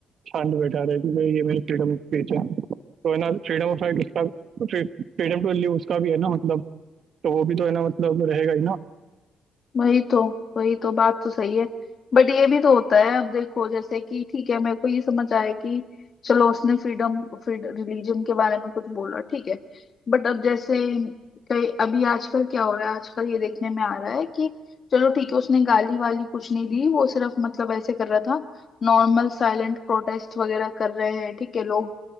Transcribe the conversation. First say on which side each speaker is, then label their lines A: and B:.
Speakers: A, on the right; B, on the left.
A: शांत बैठा रहे क्योंकि ये मेरी फ्रीडम ऑफ स्पीच है तो है ना फ्रीडम ऑफ राइट उसका फ्रीडम टू लिव उसका भी है ना मतलब तो वो भी तो है ना मतलब रहेगा ही
B: वही तो वही तो बात तो सही है बट ये भी तो होता है अब देखो जैसे कि ठीक है मेरे को ये समझ आया कि चलो उसने फ्रीडम फ्रीड रिलीजन के बारे में कुछ बोला ठीक है बट अब जैसे कई अभी आजकल क्या हो रहा है आजकल ये देखने में आ रहा है कि चलो ठीक है उसने गाली वाली कुछ नहीं दी वो सिर्फ मतलब ऐसे कर रहा था नॉर्मल साइलेंट प्रोटेस्ट वगैरह कर रहे हैं ठीक है लोग